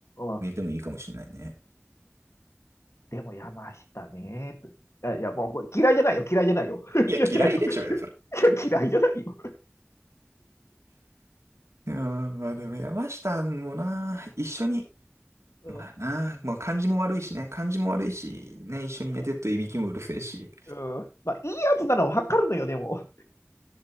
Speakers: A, on the left; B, on the right.
A: ん。
B: 入れてもいいかもしれないね。
A: でも、山下ね。といや、いや、もう、これ嫌いじゃないよ、嫌いじゃないよ。<laughs>
B: いや、
A: 嫌いじゃないよ。
B: 嫌いでちょうよ、
A: <laughs>
B: それ。
A: 嫌いじゃないよ。
B: いやー、まあでも山下もな、一緒に、
A: うん、
B: まあな、まあ感じも悪いしね、感じも悪いし、ね、一緒に寝てっといびきもうるせえし。
A: でも、うん。まあ、いいやつなのはわかるのよ、でも。